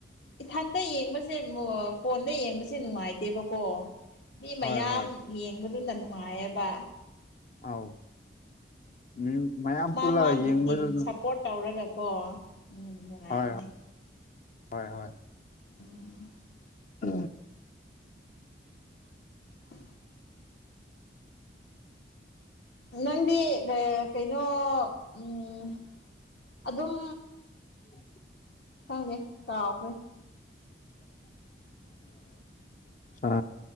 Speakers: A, on the left; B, on the left.
A: ꯏꯊꯟꯇ ꯌꯦꯡꯕꯁꯦ ꯐꯣꯟꯗ ꯌꯦꯡꯕꯁꯦ ꯅꯨꯡꯉꯥꯏꯇꯦꯕꯀꯣ ꯃꯤ ꯃꯌꯥꯝ
B: ꯍꯣꯏ ꯍꯣꯏ
A: ꯌꯦꯡꯕꯗꯨꯅ ꯅꯨꯡꯉꯥꯏꯌꯦꯕ
B: ꯑꯥꯎ ꯃꯤ ꯃꯌꯥꯝ
A: ꯃꯥ
B: ꯄꯨꯜꯂꯒ
A: ꯃꯥꯒꯤ
B: ꯌꯦꯡꯕꯗꯨꯅ
A: ꯇꯤꯝ ꯁꯞꯄꯣꯔꯠ ꯇꯧꯔꯒꯀꯣ ꯎꯝ ꯅꯨꯡꯉꯥꯏꯕꯅꯦ
B: ꯍꯣꯏ ꯍꯣꯏ ꯍꯣꯏ ꯍꯣꯏ
A: ꯎꯝ ꯎ
B: ꯑ
A: ꯎ ꯅꯪꯗꯤ ꯀꯩꯅꯣ ꯎꯝ ꯑꯗꯨꯝ
B: <unintelligible>
A: ꯊꯪꯦ ꯇ ꯑꯣꯈꯦ
B: ꯑ